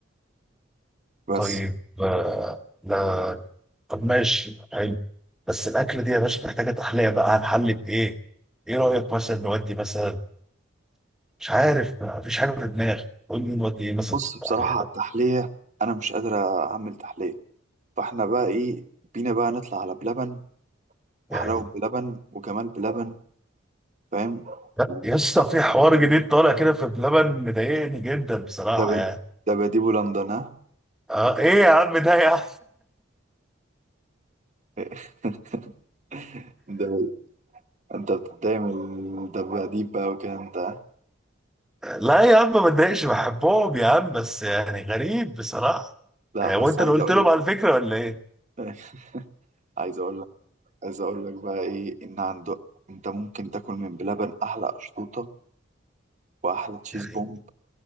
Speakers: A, on the right; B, in the centre.
A: بس
B: طيب آه، لا طب ماشي حلو بس الاكله دي يا باشا محتاجه تحليه بقى هنحل بايه؟ ايه رايك مثلا نودي مثلا مش عارف مفيش حاجه في دماغي قول لي نودي ايه مثلا
A: بص
B: في التحليه
A: بصراحة
B: لا.
A: على التحلية أنا مش قادر أعمل تحلية فاحنا بقى ايه بينا بقى نطلع على بلبن
B: يعني
A: وحلاوة بلبن وجمال بلبن فاهم
B: لا
A: و-
B: يا اسطى في حوار جديد طالع كده في بلبن مضايقني جدا بصراحه
A: دب-
B: يعني
A: دباديبو لندن ها
B: اه ايه يا عم ده يا عم
A: <laughs> دب- انت بتتضايق من الدباديب بقى وكده انت ها؟
B: لا يا عم ما اتضايقش بحبهم يا عم بس يعني غريب بصراحه
A: لا
B: يعني
A: بس
B: هو انت
A: عايز
B: اللي قلت
A: اقول
B: لهم
A: لك
B: على الفكره ولا ايه؟
A: <laughs> عايز اقول لك عايز اقول لك بقى ايه ان عندك انت ممكن تاكل من بلبن احلى اشطوطة واحلى تشيز
B: يعني
A: بومب